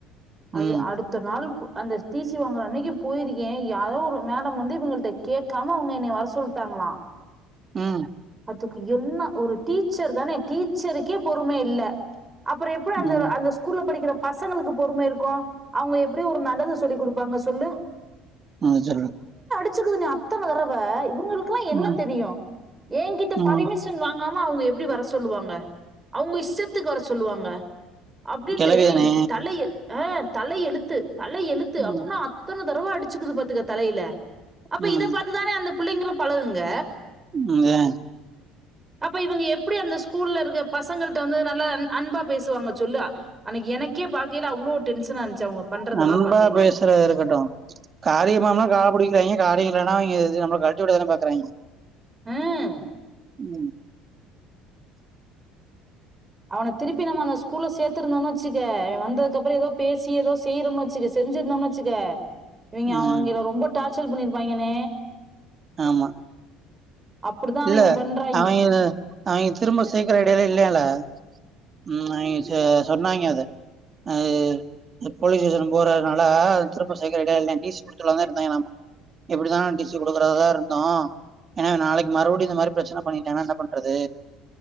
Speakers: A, on the right; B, on the right.
A: அது
B: ம்
A: அடுத்த நாள் அந்த டீசீ வாங்குற அன்னைக்கு போயிருக்கேன்யாரோ ஒரு மேடம் வந்து இவுங்கள்ட கேட்காம அவுங்க என்ன வர சொல்லிட்டாங்களா
B: ம்
A: அதுக்கு என்ன ஒரு டீச்சர் தானே டீச்சருக்கே பொறுமை இல்ல அப்புறோம் எப்டி அந்த
B: ம்
A: அந்த ஸ்கூல்ல படிக்கிற பசங்களுக்கு பொறுமை இருக்கு அவங்க எப்படி ஒரு நல்லது சொல்லி் கொடுப்பாங்க ஸ்கூல்ல சொல்லு
B: ஆ சொல்லு
A: அடுச்சிக்குதுங்க அத்தன தடவ இவங்க இவங்களுக்கெல்லாம் என்ன
B: ம்
A: தெரியும் என்கிட்ட
B: ம்
A: பர்மிஷன் வாங்காம அவுங்க எப்டி வர சொல்லுவாங்க அவுங்க இஷ்டத்து எத்துக்கு வர சொல்லுவாங்க அப்டின்ட்டு
B: கிளவிதானே
A: தலய ஆ தலையெழுத்து தல எழுத்து
B: ம்
A: அப்டின்னு அத்தன தடவா அடிச்சுக்குது பாத்துக்க தலையில அப்ப
B: ம்
A: இத பாத்துதானே அந்த புள்ளங்கிளும் பழகுங்க
B: ம் ஆ
A: அப்ப இவுங்க எப்டி அந்த ஸ்கூல்ல இருக்க பசங்கள்ட வந்து நல்லா அன்பா பேசுவாங்க சொல்லு அன்னக்கு எனக்கே பார்க்கையில அவ்ளோ டென்ஷனா இருந்துச்சு அவங்க பண்றதெல்லாம்
B: நம்ம
A: பாக்கையில.
B: பேசுறது இருக்கட்டும் காரியமம்லாம் கால புடிக்கிறாங்க காரியம்ல்லனா அவங்க நம்ம கழட்டி வுட தானே பாக்குறாங்க
A: வும்
B: ம்
A: அவன திருப்பி நம்ம அந்த ஸ்கூல்ல சேர்த்திருந்தோன்னு வச்சுக்கே வந்து அதுக்கப்புறோம் ஏதோ பேசி ஏதோ செ செய்றோம்னு வச்சுக்க செஞ்சிருந்தோம்னு வச்சுக்க இவங்க
B: ம்
A: அவிங்கள ரொம்ப டார்ச்சல் பண்ணிருங்க இருபாங்கனே
B: ஆமா
A: அப்படிதான்
B: இல்ல
A: அவிங்க பண்றாய்ங்க.
B: அவிங்க அவிங்க திரும்ப சேர்க்குற ஐடியால்ல இல்லையால்ல <inaudible> ம் அவிங்க சொன்னாங்க அத அஹ் போலீஸ் ஸ்டேஷன் போறதுனாலது திரும்ப சைக்கல் ரெடி அகலையாம் டிசி குடுத்தலாம் தான் இருந்தாங்கலாம்மா எப்படித்தான் டிசி கொடுக்கறதாதான் இருந்தோம் ஏன்னா நாளைக்கு மறுபடியும் இந்த மாரி பிரச்சனை பண்ணிட்டா என்ன பண்றது